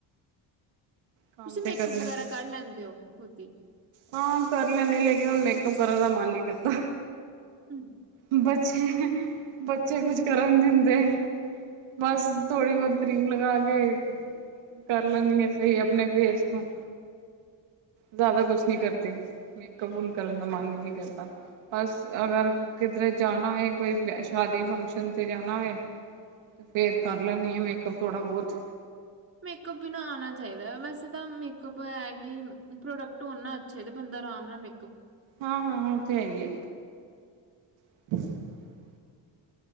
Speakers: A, on the right; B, on the right.
A: ਕੰਮ
B: ਤੁਸੀਂ
A: ਤੇ
B: ਮੇਕਅਪ
A: ਕਰਨਾ
B: ਵਗੈਰਾ
A: ਈ,
B: ਕਰ ਲੈਂਦੇ ਹੋ ਖੁਦ ਹੀ।
A: ਹਾਂ ਕਰ ਲੈਨੀ ਲੇਕਿਨ ਹੁਨ ਮੈਂ ਉਹ ਕਰਨ ਦਾ ਮਨ ਨੀ ਕਰਦਾ।
B: <unintelligible>
A: ਬੱਚੇ, ਬੱਚੇ ਕੁੱਛ ਕਰਨ ਦਿੰਦੇ ਬਸ ਥੋੜੀ ਬਹੁਤ ਕਰੀਮ ਲਗਾ ਕੇ ਕਰ ਲੈਂਨੀ ਆ ਸਹੀ ਆ ਅਪਨੇ ਫੇਸ ਤੋ। ਜ਼ਿਆਦਾ
B: ਅੱਛਾ
A: ਕੁਛ ਨੀ ਕਰਤੀ ਮੇਕਅਪ <unintelligible> ਕਰਨ ਦਾ ਮਨ ਈ ਨੀ ਕਰਦਾ, ਬਸ ਅਗਰ ਕਿਧਰੇ ਜਾਨਾ ਵੇ, ਕੋਈ ਸ਼ਾਦੀ ਫੰਕਸ਼ਨ ਤੇ ਜਾਨਾ ਵੇ ਤੇ ਫਿਰ ਕਰ ਲੈਨੀ ਆ ਮੇਕਅਪ ਥੋੜਾ ਬੋਤ
B: ਮੇਕਅਪ ਵੀ ਨਾ ਆਨਾ ਚਾਹੀਦਾ ਐ, ਵੈਸੇ ਤਾਂ ਮੇਕਅਪ ਇਹ ਹੈ ਕਿ ਪ੍ਰੋਡਕਟ ਹੋਨ ਨਾ ਅੱਛੇ ਬੰਦਾ ਆਰਾਮ ਨਾਲ ਮੇ
A: ਹਾਂ-ਹਾਂ-ਹਾਂ, ਓ ਤੇ ਹੈ ਈ ਐ। <unintelligible>